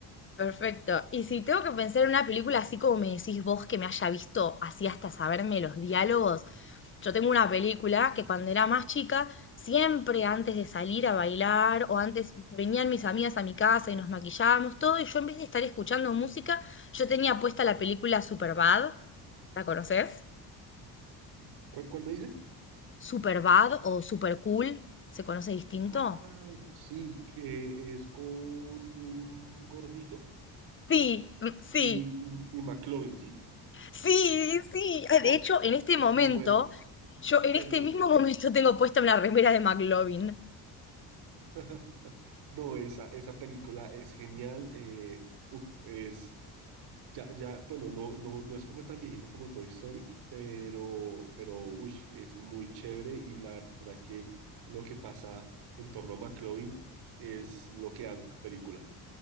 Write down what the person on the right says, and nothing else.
¿Cuál, cuál me dices?
Ah, sí, que es con un gordito
y, y, y McLovin, ¿sí?
Oh,
es
muy buena,
es
muy buena.
<laughs> No, esa, esa película es genial. eh, uf, es. Ya, ya, bueno, no, no, no es como tan viejita como Toy Story, pero, pero, uy, es muy chévere y la verdad que lo que pasa en torno a McLovin es lo que hace la película.